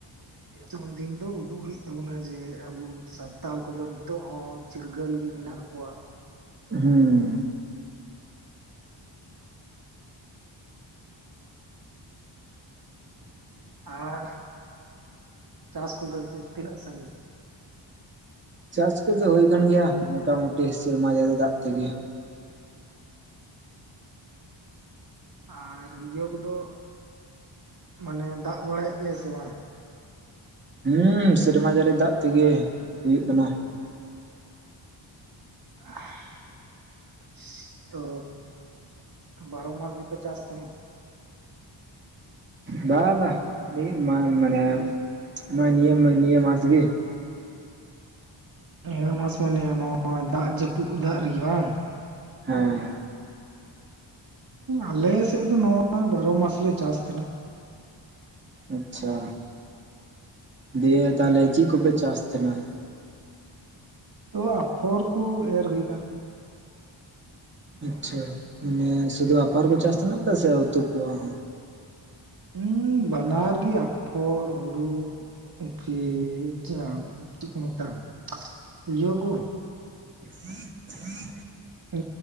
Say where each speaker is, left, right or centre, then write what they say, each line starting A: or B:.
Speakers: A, on the right; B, on the right.
A: <inaudible> ᱩᱱ ᱫᱤᱱ ᱫᱚ ᱩᱫᱩᱜ ᱦᱩᱭᱩᱜ ᱛᱟᱵᱚᱱᱟ ᱡᱮ ᱟᱵᱚ ᱥᱟᱱᱛᱟᱞ ᱠᱚᱫᱚ ᱱᱤᱛᱚᱜ ᱦᱚᱸ- ᱪᱤᱨᱜᱟᱹᱞ ᱜᱮ ᱢᱮᱱᱟᱜ ᱠᱚᱣᱟ᱾
B: ᱦᱩᱸ
A: <inaudible> ᱟᱨ ᱪᱟᱥ ᱠᱚᱫᱚ ᱛᱤᱱᱟᱹᱜ ᱥᱟᱺᱜᱤᱧ
B: ᱪᱟᱥ ᱠᱚᱫᱚ ᱦᱳᱭ ᱟᱠᱟᱱ ᱜᱮᱭᱟ ᱢᱚᱴᱟ ᱢᱩᱴᱤ ᱥᱮᱨᱢᱟ ᱡᱟᱹᱨᱤ ᱫᱟᱜ ᱛᱮᱜᱮ
A: ᱟᱨ ᱤᱭᱟᱹ ᱠᱚᱫᱚ- ᱢᱟᱱᱮ ᱫᱟᱜ ᱵᱟᱲᱟᱭᱮᱫ ᱜᱮᱭᱟᱭ ᱥᱮ ᱵᱟᱝ
B: ᱦᱩᱸ ᱥᱮᱨᱢᱟ ᱡᱟᱹᱲᱤ ᱫᱟᱜ ᱛᱮᱜᱮ ᱦᱩᱭᱩᱜ ᱠᱟᱱᱟ
A: ᱦ <inaudible> ᱚ ᱵᱟᱨᱚ ᱢᱟᱥ ᱜᱮᱯᱮ ᱪᱟᱥ ᱛᱟᱦᱮᱱ
B: ᱵᱟ ᱵᱟ ᱢᱟᱱᱮ ᱱᱚᱸᱜᱼᱚᱭ ᱱᱤᱭᱟᱹ ᱢᱟ ᱱᱤᱭᱟᱹ ᱢᱟᱥ ᱜᱮ
A: ᱱᱤᱟᱣᱹ ᱢᱟᱥ ᱢᱟᱱᱮ ᱱᱚᱜᱚᱭ ᱫᱟᱜ ᱡᱟᱹᱯᱩᱫ ᱫᱟᱜ ᱨᱮᱜᱮ ᱵᱟᱝ
B: ᱦᱮᱸ
A: ᱟᱞᱮ ᱥᱮᱫ ᱫᱚ ᱱᱚᱜᱚᱭ ᱵᱟᱨᱚ ᱢᱟᱥᱞᱮ ᱪᱟᱥ ᱛᱟᱦᱮᱸᱱᱟ
B: ᱟᱪᱪᱷᱟ ᱫᱤᱭᱮ ᱛᱟᱦᱚᱞᱮ ᱪᱮᱫ ᱠᱚᱯᱮ ᱪᱟᱥ ᱛᱟᱦᱮᱱᱟ
A: ᱛᱚ ᱟᱯᱷᱚᱨ ᱠᱚ ᱮᱨ ᱦᱩᱭᱠᱟᱱᱟ
B: ᱟᱪᱪᱷᱟ ᱢᱟᱱᱮ ᱥᱩᱫᱷᱩ ᱟᱯᱟᱨ ᱠᱚ ᱪᱟᱥ ᱨᱮᱱᱟᱜ ᱯᱮ ᱥᱮ ᱩᱛᱩ ᱠᱚᱣᱟ ᱦᱚᱸ
A: ᱦᱸ ᱵᱟᱱᱟᱨ ᱜᱤ ᱟᱯᱷᱚᱨ ᱦᱩᱲᱩ- ᱯᱷᱤ ᱪᱟ ᱪᱮᱫ ᱠᱚ ᱢᱮᱛᱟᱜᱼᱟ ᱤᱭᱟᱹᱠᱚ-
B: <inaudible>
A: ᱦ